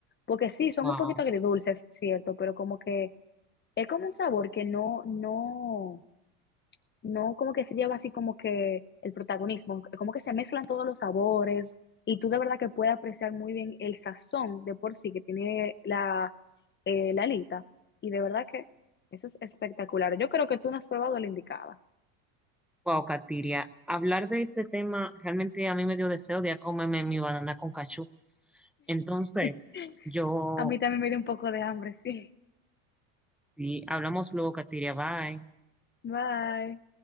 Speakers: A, on the left (about 25°); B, in the centre.
A: Porque sí, son
B: Wow,
A: un poquito agridulces, cierto, pero como que es como un sabor que no, no, no como que se lleva así como que el protagonismo, como que se mezclan todos los sabores y tú de verdad que puedes apreciar muy bien el sazón de por sí que tiene la, eh, la alita y de verdad que eso es espectacular. Yo creo que tú no has probado la indicada.
B: wow, Katiria. Hablar de este tema realmente a mí me dio deseo de ir a comerme mi banana con cachú. Entonces,
A: <laughs>
B: yo
A: A mí también me dio un poco de hambre, sí.
B: sí, hablamos luego, Katiria. Bye.
A: Bye.